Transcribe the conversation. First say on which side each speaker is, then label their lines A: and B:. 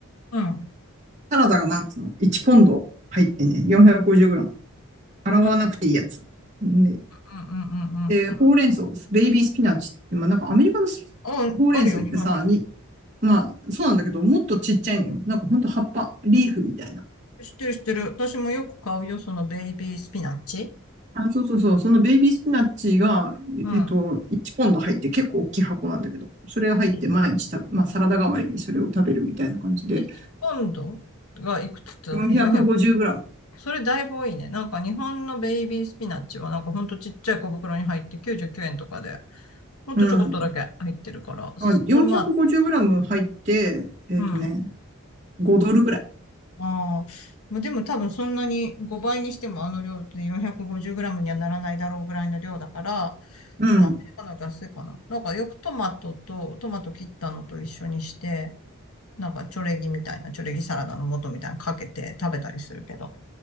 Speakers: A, on the left; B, on the right.
A: うん。うん
B: サラダがなんつうの、1ポンド入ってね、450g。洗わなくていいやつ。
A: うん
B: で、
A: うんうんう
B: でほうれん草、ベイビースピナッチって、まあなんかアメリカのス
A: ん。あ、
B: ほうれん草ってさ、
A: あるよ、日本でも。
B: に、まあそうなんだけど、もっとちっちゃいのよ。なんかほんと葉っぱ、リーフみたいな。
A: 知ってる知ってる。私もよく買うよ、そのベイビースピナッチ。
B: あ、そうそうそう。そのベイビースピナッチが、
A: うん。
B: えっと、1ポンド入って結構大きい箱なんだけど、それが入って毎日食べ、
A: い
B: まあサラダ代わりにそれを食べるみたいな感じで、
A: 1ポンドがいくつだっけ
B: 450グラム。
A: ?400。それだいぶ多いね。なんか日本のベイビースピナッチはなんかほんとちっちゃい小袋に入って99円とかで、ほんとちょこっとだけ入ってるから、
B: うん。あ、450グラム入って、
A: トマト、
B: えっとね、
A: うん。
B: 5ドルぐらい。
A: ああ、まあ、でも多分そんなに5倍にしてもあの量って 450g にはならないだろうぐらいの量だから、
B: うん。
A: 多分アメリカの方が安いかな。なんかよくトマトと、トマト切ったのと一緒にして、なんかチョレギみたいな、チョレギサラダの素みたいなのかけて食べたりするけど。